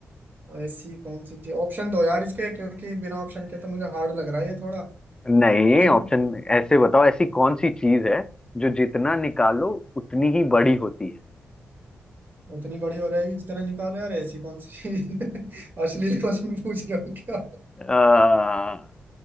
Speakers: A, on the right; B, on the left.
A: ऐसी कौन सी चीज ऑप्शन दो यार इसके क्योंकि बिना ऑप्शन के तो मुझे हार्ड लग रहा है ये थोड़ा
B: नहीं
A: <laughs>
B: ऑप्शन ऐसे बताओ ऐसी कौन सी चीज है जो जितना निकालो उतनी ही बड़ी होती है
A: उतनी बड़ी हो जाएगी जितना निकालो यार ऐसी कौन सी चीज? <laughs> अश्लील क्वेश्चन पूछ रहे हो क्या
B: आ,